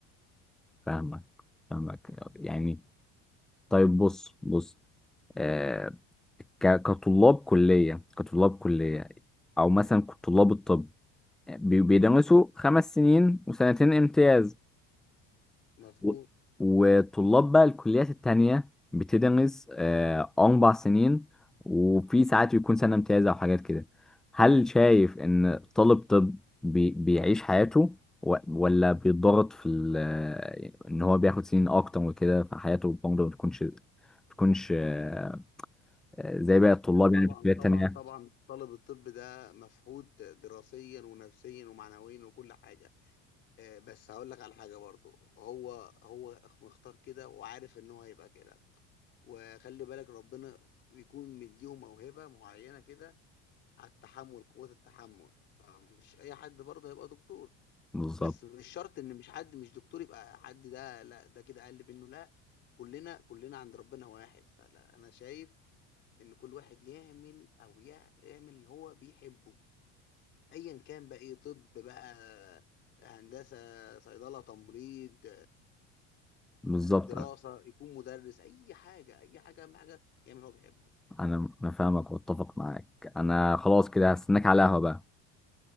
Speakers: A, in the centre; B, on the left.
A: فاهمك فاهمك يعني طيب بص بص آه، ك- كطلاب كلية كطلاب كلية أو مثلا طلاب الطب بي- بيدرسوا خمس سنين وسنتين امتياز
B: مظبوط
A: و- وطلاب بقى الكليات التانية بتدرس آه، أربع سنين وفي ساعات يكون سنة امتياز أو حاجات كده هل شايف إن طالب طب بي- بيعيش حياته و- ولا بيتضغط في ال- آه، إن هو بياخد سنين أكتر وكده فحياته برضه ما بتكونش ما بتكونش آه، آه، زي باقي الطلاب
B: لا طبعا
A: يعني في الكليات
B: طبعا
A: التانية
B: طبعا طالب الطب ده مفقود دراسيا ونفسيا ومعنويا وكل حاجة آه، بس هقول لك على حاجة برضو هو هو مختار كده وعارف ان هو هيبقى كده وخلي بالك ربنا بيكون مديهم موهبة معينة كده على التحمل قوة التحمل مش اي حد برضه هيبقى دكتور
A: بالظبط
B: بس مش شرط ان مش حد مش دكتور يبقى حد ده لا ده كده اقل منه لا كلنا كلنا عند ربنا واحد فلا انا شايف ان كل واحد يعمل او يع- يعمل اللي هو بيحبه ايا كان بقى ايه طب بقى هندسة صيدلة تمريض
A: بالظبط
B: دراسة
A: انا
B: يكون مدرس أي حاجة أي حاجة أهم حاجة يعمل اللي هو بيحبه
A: انا انا فاهمك واتفق معاك انا خلاص كده هستناك على قهوة بقى